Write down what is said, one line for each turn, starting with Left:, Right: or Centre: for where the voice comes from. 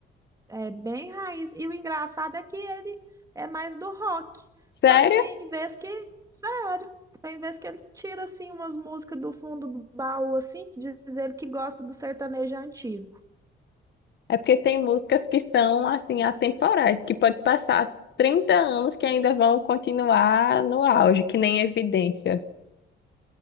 Right: É bem raiz. E o engraçado é que ele é mais do rock.
Left: Sério?
Right: Só que tem vez que, sério, tem vez que ele tira assim umas músicas do fundo do baú assim, diz ele que gosta do sertanejo antigo.
Left: É porque tem músicas que são assim atemporais, que pode passar 30 anos que ainda vão continuar no auge, que nem Evidências.